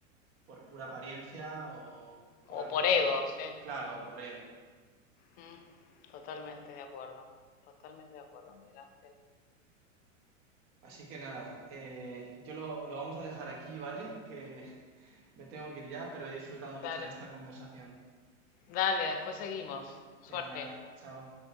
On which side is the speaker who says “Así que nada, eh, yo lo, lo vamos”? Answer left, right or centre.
Right